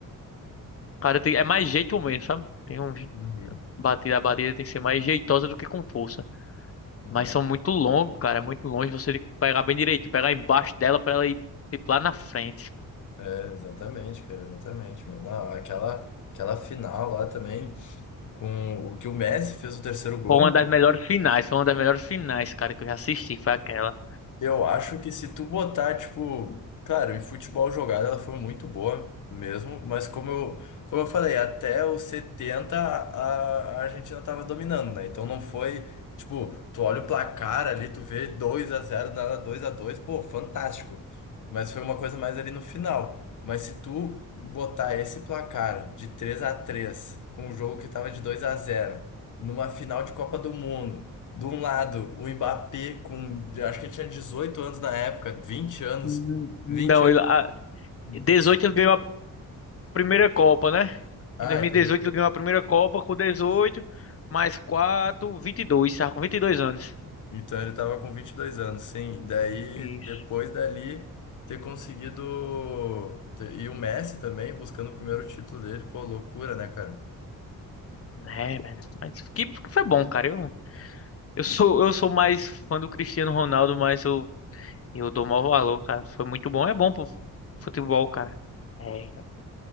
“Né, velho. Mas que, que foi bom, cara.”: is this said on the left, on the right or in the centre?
Left